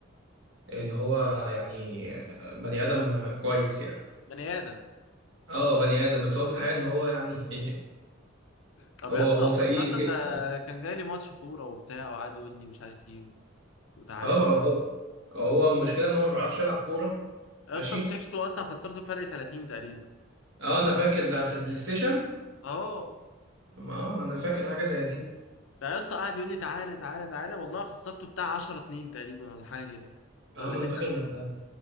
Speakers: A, on the right; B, on the left.
A: ان هو يعني بني ادم كويس يعني
B: بني ادم
A: اه بني ادم بس هو في الحقيقه ان هو يعني <laughs>
B: طب
A: هو
B: يا اسطى
A: هو فقير
B: اصلا
A: جدا
B: ده كان جاي لي ماتش كوره وبتاع وقعد يقول لي مش عارف ايه وتعالى
A: اه ما
B: و...
A: هو هو المشكله ان هو ما بيعرفش يلعب كوره
B: يا
A: ماشي
B: اسطى مسكته اصلا خسرته فرق 30 تقريبا
A: اه انا فاكر ده في البلاي ستيشن
B: اه
A: ما آه، ما انا فاكر حاجه زي دي
B: ده يا اسطى قعد يقول لي تعالى تعالى تعالى والله خسرته بتاع 10 2 تقريبا ولا حاجه كده ولا
A: اه ما
B: 9
A: انا فاكر ما انت